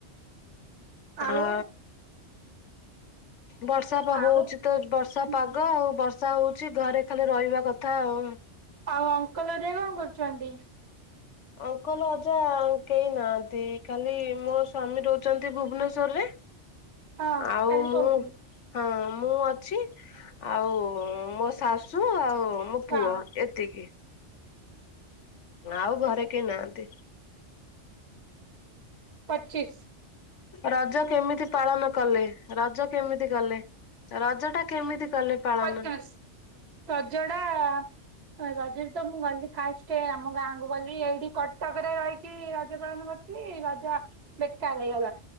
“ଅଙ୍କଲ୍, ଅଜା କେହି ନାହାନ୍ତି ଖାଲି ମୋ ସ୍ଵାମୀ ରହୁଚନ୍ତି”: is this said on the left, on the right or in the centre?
Left